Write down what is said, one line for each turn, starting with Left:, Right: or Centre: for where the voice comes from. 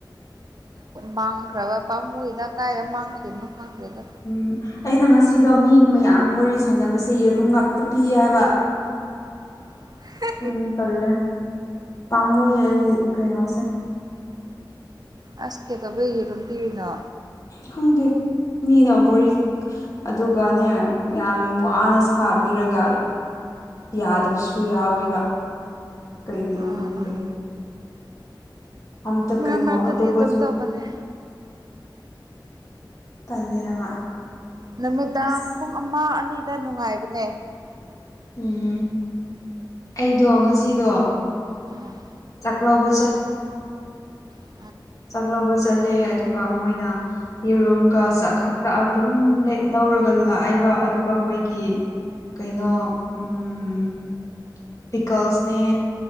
Right: ꯃꯥꯡꯈ꯭ꯔꯕ ꯄꯥꯝꯕꯃꯨꯏꯗ ꯀꯥꯏꯗ ꯃꯥꯡꯈꯤꯕꯅꯣ ꯈꯪꯗꯦꯗ
Left: ꯎꯝ ꯑꯩꯅ ꯉꯁꯤꯗꯣ ꯃꯤ ꯃꯌꯥꯝ ꯋꯥꯔꯤ ꯁꯥꯟꯅꯕꯁꯦ ꯌꯦꯔꯨꯝ ꯉꯥꯛꯇ ꯄꯤꯌꯦ ꯍꯥꯏꯕ
Right: ꯎ <unintelligible>
Left: ꯌꯥꯝ ꯇꯜꯂꯦ ꯄꯥꯝꯃꯨꯌꯦ ꯑꯩꯒꯤ ꯀꯩꯅꯣꯁꯦ
Right: ꯑꯁ ꯀꯩꯗꯧꯕꯩ ꯌꯦꯔꯨꯝ ꯄꯤꯔꯤꯅꯣ
Left: ꯈꯪꯗꯦ ꯃꯤꯅ ꯃꯕꯔꯤ ꯑꯗꯨꯒꯅꯦ ꯌꯥꯝ ꯋꯥꯅ ꯁꯥꯕꯤꯔꯒ ꯌꯥꯗꯕꯁꯨ ꯌꯥꯎꯋꯦꯕ ꯀꯩꯒꯤꯅꯣ
Right: ꯑꯥ
Left: ꯈꯪꯗꯦ
Right: ꯑꯥ
Left: ꯑꯝꯇ
Right: ꯃꯔꯛ
Left: ꯀꯩꯅꯣ
Right: ꯃꯔꯛꯇꯗꯤ
Left: ꯑꯇꯣꯞꯄꯁꯨ
Right: ꯑꯗꯨꯝ ꯇꯧꯕꯅꯦ
Left: ꯇꯜꯦ ꯍꯥꯏꯕ
Right: ꯅꯨꯃꯤꯗꯥꯡ
Left: ꯑꯁ
Right: ꯄꯨꯡ ꯑꯃ ꯑꯅꯤꯗ ꯅꯨꯡꯉꯥꯏꯕꯅꯦ
Left: ꯎꯝ ꯑꯩꯗꯣ ꯉꯁꯤꯗꯣ
Right: ꯎꯝ
Left: ꯆꯥꯛ ꯂꯧꯕ
Right: <unintelligible>
Left: ꯆꯥꯛꯂꯧꯕ ꯆꯠꯂꯦ ꯑꯗꯨꯒ ꯃꯣꯏꯅ ꯌꯦꯔꯨꯝꯒ ꯆꯥꯛꯈꯛꯇ ꯑꯗꯨꯝ ꯂꯧꯔꯒ ꯂꯥꯛꯑꯦꯕ ꯑꯗꯨꯒ ꯃꯣꯏꯒꯤ ꯀꯩꯅꯣ ꯎꯝ ꯄꯤꯀꯜꯁꯅꯦ